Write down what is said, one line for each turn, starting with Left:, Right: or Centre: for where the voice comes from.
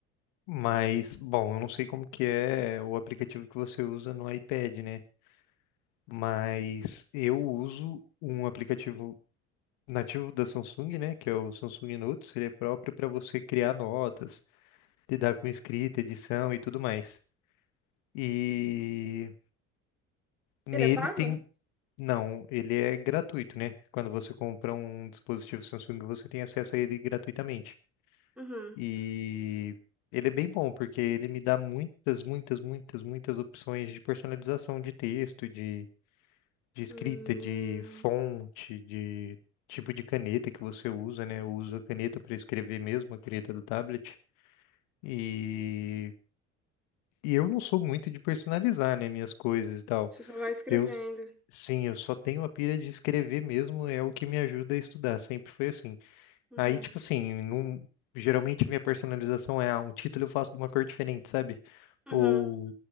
Left: Mas, bom, eu não sei como que é o aplicativo que você usa no iPad, né? Mas eu uso um aplicativo nativo da Samsung, né? Que é o Samsung Notes. Ele é próprio para você criar notas, lidar com escrita, edição e tudo mais. E Nele
Centre: Ele é pago?
Left: tem. Não, ele é gratuito, né? Quando você compra um dispositivo Samsung, você tem acesso a ele gratuitamente.
Centre: Uhum.
Left: E ele é bem bom, porque ele me dá muitas, muitas, muitas, muitas opções de personalização de texto, de, de escrita,
Centre: Hum,
Left: de fonte, de tipo de caneta que você usa, né? Eu uso a caneta para escrever mesmo, a caneta do tablet. E, e eu não sou muito de personalizar, né, minhas coisas e tal.
Centre: você só vai escrevendo.
Left: Eu Sim, eu só tenho a pira de escrever mesmo, é o que me ajuda a estudar, sempre foi assim.
Centre: Uhum.
Left: Aí, tipo assim, num- geralmente minha personalização é ah, um título eu faço de uma cor diferente, sabe?
Centre: Uhum.
Left: Ou